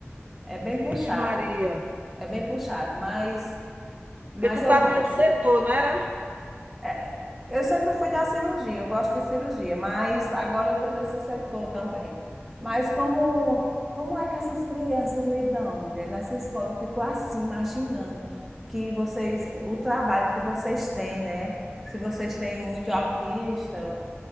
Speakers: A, in the centre; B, on the right.
A: É bem
B: Vixe,
A: puxado,
B: Maria,
A: é bem puxado, mas,
B: porque
A: mas
B: tu estava
A: eu gosto.
B: em outro setor, não era?
A: É, eu sempre fui da cirurgia, eu gosto de cirurgia, mas agora eu estou nesse setor também. Mas como, como é que essas crianças lidam, mulher? Nessa escola eu fico assim, imaginando que vocês, o trabalho que vocês têm, né? Se vocês têm muito autista,